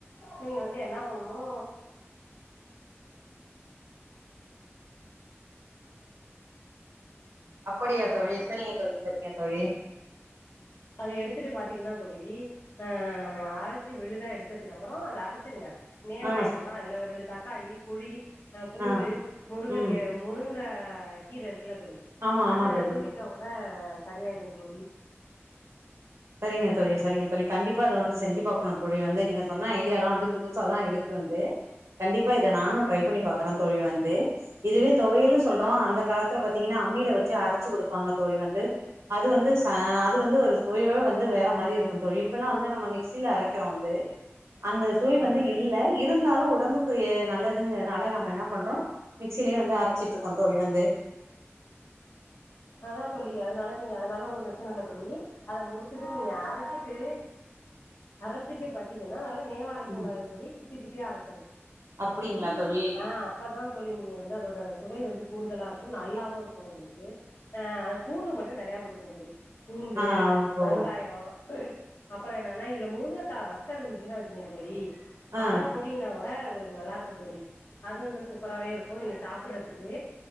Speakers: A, on the left; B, on the right.
A: நீங்க வந்து என்னா பண்ணனு
B: அப்படியா தோழி செரிங்க தோழி செரிங்க தோழி
A: அத எடுத்துட்டு பாத்திங்கன்னா தோழி ஆ அரச்சு விழுதா எடுத்தத்துக்கப்பொறோ அத அரச்சிருங்க நேராயிடுமா
B: ஆ
A: அதுல ஒரு ரெண்டு தக்காளி புளி அ பூண்டு
B: ஆ
A: முருங்கக்கீ
B: ம்
A: முருங்க கீர இருக்குல தோழி
B: ஆமா ஆமா
A: அத
B: தோழி
A: தூவிட்டா கொட சரியாயிடு தோழி
B: செரிங்க தோழி செரிங்க தோழி கண்டிப்பா அத வந்து செஞ்சு பாக்கணு தோழி வந்து நீங்க சொன்ன ஐடியாலா வந்து புதுசா தா இருக்கு வந்து கண்டிப்பா இத நானு ட்ரை பண்ணி பாக் தரந் தோழி வந்து இதுவே தொவயலு சொல்றோ அந்த காலத்துல பாத்திங்கன்னா அம்மில வச்சு அரச்சு குடுப்பாங்க தோழி வந்து அது வந்து ச அது வந்து ஒரு தொலியோட வந்து வேற மாரி இருக்கு தோழி இப்பல்லா வந்து நம்ம மிக்சில அரைக்கிறோ வந்து அந்த சுவை வந்து
A: ஆஹா.
B: இல்ல இருந்தாலு உடம்பு க்கு நல்லதுங்குறனால நம்ம என்னா பண்றோ மிக்சிலயே வந்து அரச்சிட்டு இருக்கோ தோழி வந்து
A: அதா தோழி அதுனால நீங்க அதனால ஒன்னு பிரச்சன இல்ல தோழி அத முடுச்சுட்டு நீங்க அரச்சிட்டு அரச் சுட்டு பாத்திங்கன்னா நல்லா நேவா அரைக்க கூடாது
B: ம்
A: தோழி திப்பி திப்பியா அரைக்கனு
B: அப்டிங்களா தோழி
A: அ அப்ப தா தோழி நீங்க வந்து அதோட சுவை வந்து கூடுதலா இருக்கு நல்லாவு இருக்கு உங்ளுக் கு அ பூண்டு மட்டு நெறைய போட்டுக்ங்க தோழி பூண்டு
B: ஆ
A: வெங்காயோ
B: ஓ
A: அப்பறொ என்னான இதுல முருங்கக்கா வத்தல் இருந்துச்ன்னா வச்சுக்ங்ளே தோழி
B: ஆ
A: அத போட்டீங்கனா ஒட ஒங்ளுக் நல்லாருக்கு தோழி அது இன்னு சூப்பரவே இருக்கு நீங்க சாப்புட்றதுக்கு